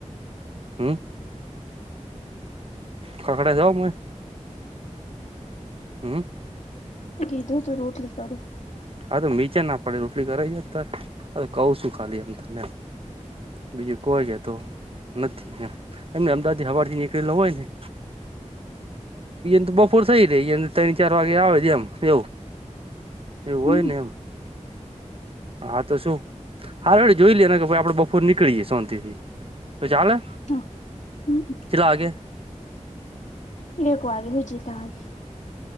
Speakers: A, on the right; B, on the left.
A: હમ્મ ખાખડા જાઓ હ હમ્મ
B: કીધું તું રોટલી કરું
A: હા તો નીચે ના પડે રોટલી કરાઈ જ ત હવે કહ છું ખાલી આમ તને બીજું કોઈ કે તો નથી એમ એમ અમદાવાદ હવા થી નીકળેલો હોય ને તો બપોર થઈ રે ત્રણ ચાર વાગે આવે છે એમ એવું એવું હોય
B: હમ
A: ને એમ હા તો શું હા રડ જોઈ લેએને કે ભ આપડે બપોર નીકળીએે સોંતિથી કો ચાલે
B: હા હમ
A: કેટલા વાગ્યે
B: એક વાગે હુ જેટલાં વાગે